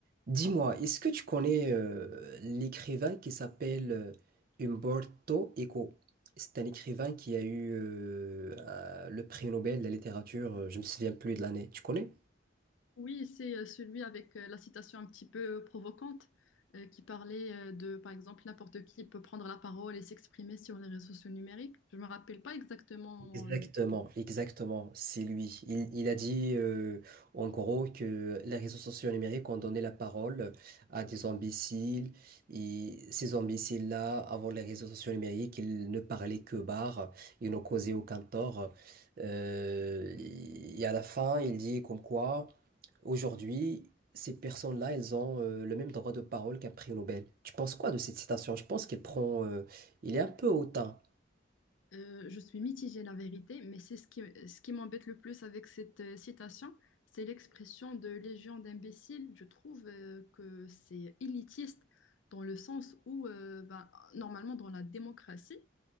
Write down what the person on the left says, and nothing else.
Oui, c'est euh, celui avec euh, la citation un petit peu euh, provocante euh, qui parlait euh, de, par exemple, n'importe qui peut prendre la parole et s'exprimer sur les réseaux sociaux numériques. Je me rappelle pas exactement,
euh, je suis mitigée la vérité, mais c'est ce qui, ce qui m'embête le plus avec cette euh, citation, c'est l'expression de légion d'imbéciles. Je trouve euh, que c'est élitiste dans le sens où, euh, ben, normalement, dans la démocratie,